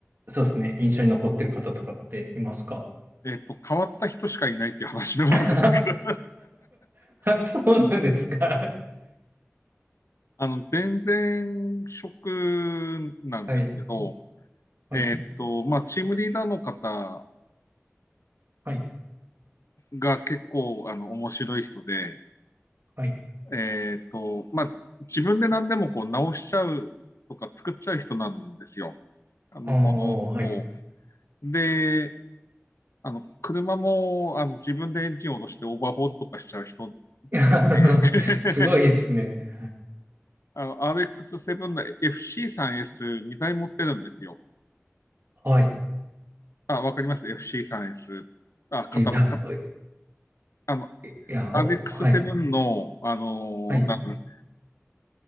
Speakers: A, on the right; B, on the left.
A: そうですね、印象に残ってる方とかっていますか
B: えっと、変わった人しかいないっていう話でもあるんで、
A: <laughs>
B: <laughs>
A: そうなんですか。
B: あの、全然職なんですけど、
A: はい、はい、
B: えっと、まあ、チームリーダーの方
A: はい、
B: が結構、あの、面白い人で、
A: はい。
B: えっと、まあ、自分で何でもこう直しちゃうとか作っちゃう人なんですよ。あのものを。
A: ああ、はい。
B: で、あの、車もあの自分でエンジンを落としてオーバーホールとかしちゃう人。
A: <laughs>
B: <laughs>
A: すごいですね。
B: あの、RX7 の FC3S2 台持ってるんですよ。
A: はい。
B: あ、わかります ?FC3S。あ、型ば、
A: いや、
B: かあの、
A: いや、
B: RX7
A: おはい、
B: の、あの、
A: はい。
B: なん